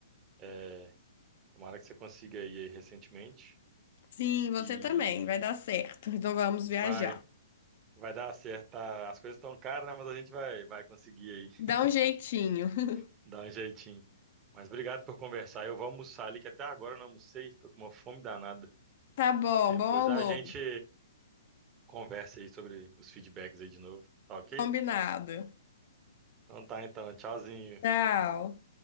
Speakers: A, on the right (about 25°); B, on the left (about 55°).
A: É, tomara que você consiga ir aí recentemente.
B: sim, você
A: E
B: também, vai dar certo. Então vamos viajar.
A: vai, vai dar certo. tá? As coisas estão caras, né? Mas a gente vai, vai conseguir
B: Dá
A: aí
B: um jeitinho. <laughs>
A: <laughs> dar um jeitinho. Mas obrigado por conversar. Eu vou almoçar ali, que até agora eu não almocei, tô com uma fome danada.
B: Tá bom,
A: Depois
B: bom amor.
A: a gente conversa aí sobre os feedbacks aí de novo, tá ok?
B: Combinado.
A: Então tá, então, tchauzinho.
B: Tchau.